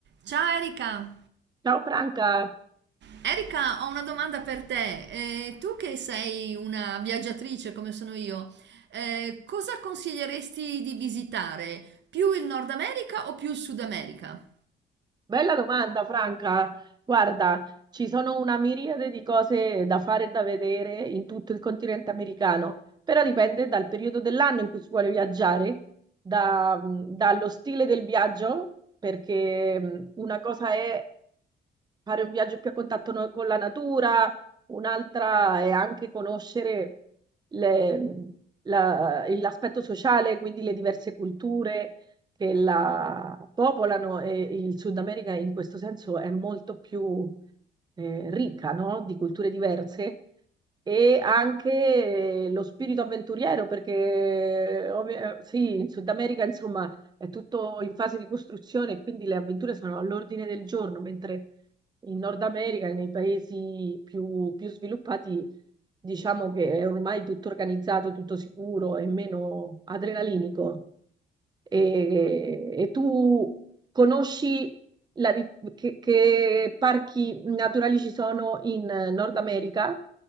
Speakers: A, on the right; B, on the right.
A: Ciao Erika!
B: Ciao Franca,
A: Erika, ho una domanda per te. Eh, tu che sei una viaggiatrice come sono io, eh, cosa consiglieresti di visitare? Più il Nord America o più il Sud America?
B: bella domanda Franca. Guarda, ci sono una miriade di cose da fare e da vedere in tutto il continente americano, però dipende dal periodo dell'anno in cui si vuole viaggiare, da- dallo stile del viaggio, perché mh, una cosa è fare un viaggio più a contatto no- con la natura, un'altra è anche conoscere le- la- l'aspetto sociale, quindi le diverse culture che la popolano e il Sud America in questo senso è molto più eh, ricca, no? Di culture diverse e anche eh, lo spirito avventuriero, perché eh, ovvi- eh, sì, in Sud America insomma è tutto in fase di costruzione, quindi le avventure sono all'ordine del giorno, mentre in Nord America, nei paesi più, più sviluppati, diciamo che è ormai tutto organizzato, tutto sicuro e meno adrenalinico. E, e tu conosci la di- che, che parchi naturali ci sono in Nord America